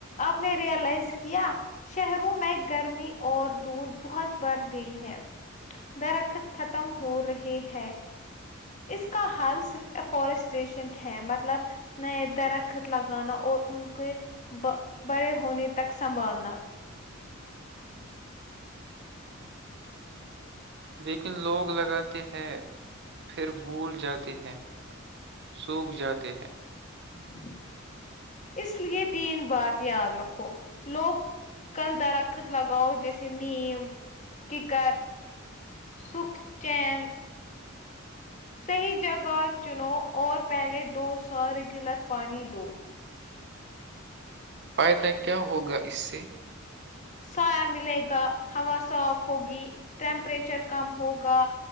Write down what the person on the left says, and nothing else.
آپ نے ریئلائز کیا شہروں میں گرمی اور دور بہت بڑھ گئی ہے درخت ختم ہو رہے ہے اس کا حال صرف فورسٹریشن ہے مطلب نئے درخت لگانا اور ان کے بڑے ہونے تک سنبھالنا
<inaudible> اس لیے تین بات یاد رکھو لوگ کل درخت لگاؤ جیسے نیم ککر سکھ چین صحیح جگہ چنو اور پہلے دو سو ریگولر پانی دو
سا ملے گا ہوا صاف ہوگی ٹیمپریچر کم ہوگا